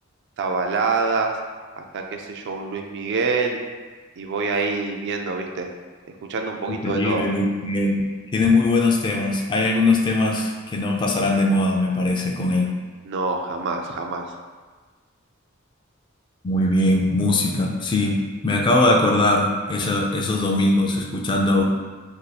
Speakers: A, on the right; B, on the left.
A: hasta baladas, hasta qué sé yo, un Luis Miguel y voy ahí viendo, ¿viste? Escuchando un poquito
B: Increíble,
A: de todo.
B: Luis Miguel. Tiene muy buenos temas. Hay algunos temas que no pasarán de moda, me parece, con él.
A: No, jamás, jamás.
B: Muy bien, música. Sí, me acabo de acordar eso- esos domingos escuchando